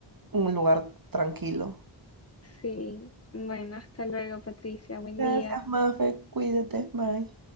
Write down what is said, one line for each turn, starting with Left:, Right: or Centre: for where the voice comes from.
Right: un lugar tranquilo.
Left: Sí, bueno, hasta luego, Patricia, buen
Right: Gracias,
Left: día.
Right: Mafe, cuídate, bye.